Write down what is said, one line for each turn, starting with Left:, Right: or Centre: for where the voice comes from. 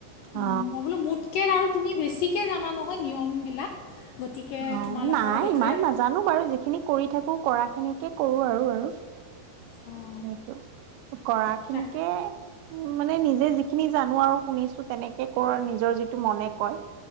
Left: উম‌
Right: অ
Left: মই বোলো মোতকৈ আৰু তুমি বেছি মোতকে জানা নহয় নিয়মবিলাক। গতিকে
Right: অ
Left: তোমালোকৰ
Right: নাই
Left: সেইটোৱে
Right: ইমান নাজানো বাৰু যিখিনি কৰি থাকো কৰা খিনি তে কৰো আৰু আৰু।
Left: অঁ
Right: সেইটো কৰা খিনিকে
Left: তাক
Right: উন মানে নিজে যিখিনি জানো আৰু শুনিছো তেনেকে কৰো আৰু নিজৰ যিটো মনে কয়।